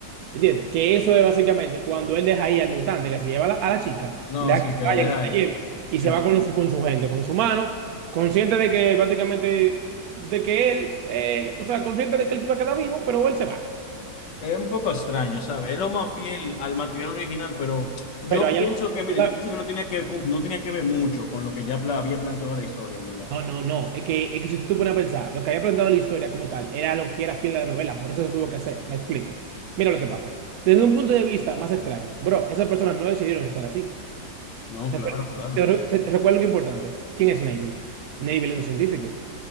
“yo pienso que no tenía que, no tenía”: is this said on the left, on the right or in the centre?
Left